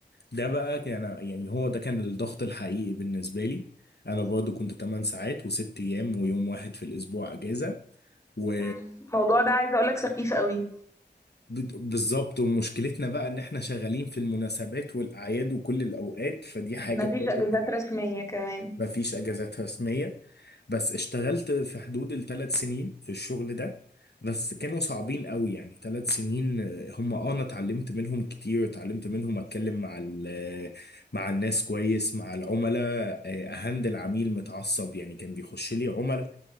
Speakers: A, on the left; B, on the left.
A: ده بقى كان يعني هو ده كان الضغط الحقيقي بالنسبة لي أنا برضو كنت 8 ساعات وست أيام ويوم واحد في الأسبوع أجازة و
B: مم. الموضوع ده عايزه اقول لك سخيف قوي
A: بالظبط ومشكلتنا بقى إن إحنا شغالين في المناسبات والأعياد وكل الأوقات فدي حاجة
B: مفيش
A: برضو
B: اجازات رسميه كمان
A: ما فيش اجازات رسميه بس اشتغلت في حدود الثلاث سنين في الشغل ده بس كانوا صعبين قوي يعني ثلاث سنين آه، هم اه انا اتعلمت منهم كتير اتعلمت منهم اتكلم مع ال- مع الناس كويس مع العملاء آه، اهندل عميل متعصب يعني كان بيخش لي عملاء